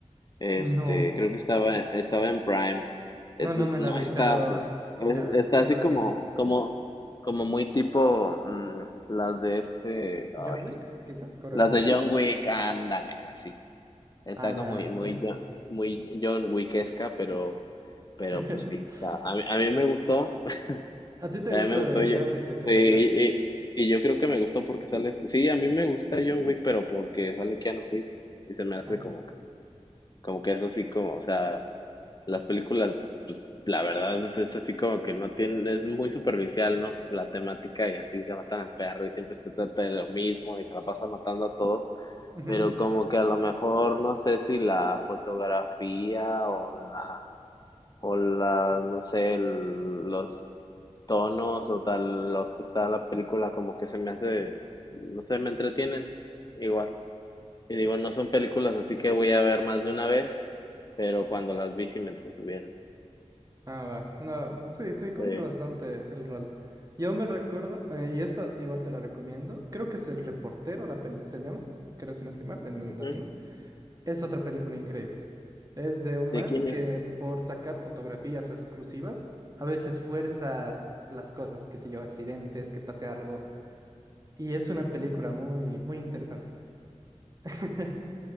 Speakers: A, on the left (about 35°); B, on the right (about 30°).
A: Este,
B: No,
A: creo que estaba, estaba en Prime. Eh,
B: no, no me
A: No
B: la vi,
A: estás,
B: pero
A: es-
B: ya
A: está
B: me
A: así
B: la voy
A: como,
B: a ver.
A: como, como muy tipo mm, las de este,
B: John
A: ay,
B: Wick, quizá, coreográficas.
A: las de John Wick, ándale, así. Está
B: Ah, ya,
A: como muy, muy,
B: uy.
A: Jo- muy John Wickesca, pero,
B: <laughs>
A: pero pues sí, está. A mí, a mí me gustó, <laughs>
B: ¿A ti te
A: a
B: gusta
A: mí me gustó yo,
B: John Wick de
A: sí,
B: casualidad?
A: y, y- y yo creo que me gustó porque sale, este- sí, a mí me gusta John Wick, pero porque sale Keanu Reeves y se me hace
B: Ah.
A: como que, como que es así como, o sea, las películas, pues la verdad es, es así como que no tienen, es muy superficial, ¿no? La temática y así le matan al perro y siempre se trata de lo mismo y se la pasa matando a todos,
B: Ujú.
A: pero como que a lo mejor no sé si la fotografía o la, o la, no sé, el- los tonos o tal, los que está la película como que se me hace, no sé, me entretienen igual. Y digo, no son películas así que voy a ver más de una vez, pero cuando las vi sí me entretuvieron.
B: Ah, va. No, mm, sí, sí, cumple
A: Sí.
B: bastante el rol. Yo me recuerdo, eh, y esta igual te la recomiendo, creo que es El Reportero, la peli se llama, creo si no estoy mal, en, en
A: Ujú.
B: latino. Es otra película increíble. Es de un
A: ¿De
B: man
A: quién
B: que
A: es?
B: por sacar fotografías o exclusivas, a veces fuerza las cosas, que se yo, accidentes, que pase algo. Y es una película muy, muy interesante, <laughs>